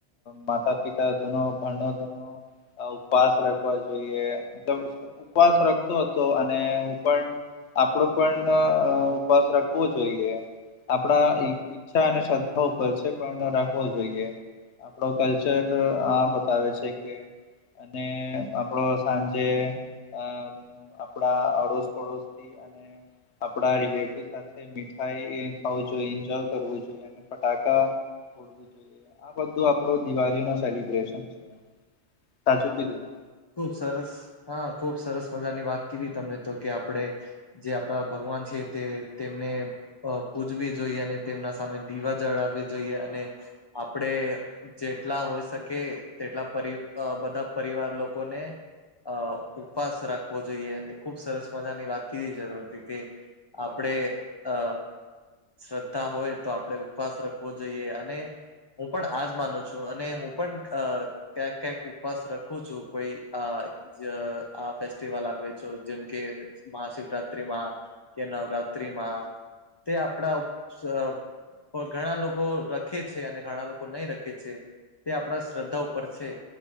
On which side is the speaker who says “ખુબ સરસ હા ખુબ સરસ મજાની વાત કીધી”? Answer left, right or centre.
Left